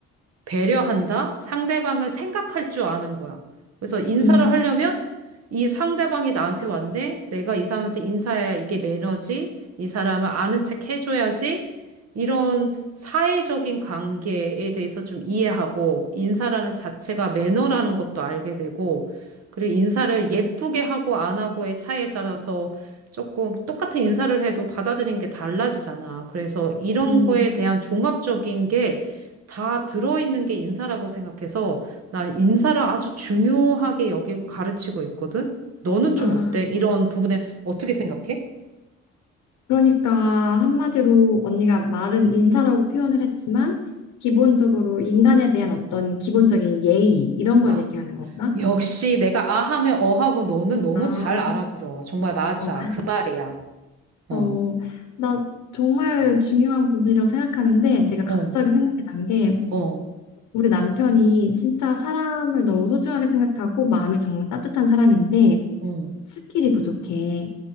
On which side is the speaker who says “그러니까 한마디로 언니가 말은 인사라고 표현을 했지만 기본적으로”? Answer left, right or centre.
Left